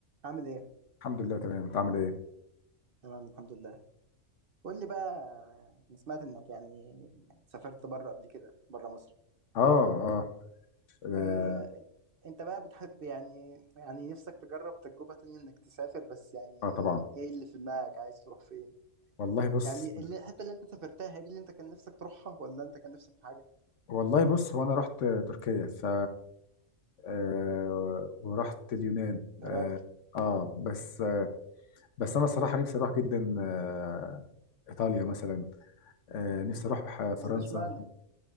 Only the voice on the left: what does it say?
الحمد لله تمام انت عامل ايه
اه اه اه,
آه طبعا
والله بص
والله بص هو انا رحت تركيا ف آه ورحت اليونان
اه,
آه بس آه بس انا صراحة نفسي اروح جدا آه ايطاليا مثلا آه نفسي اروح فرنسا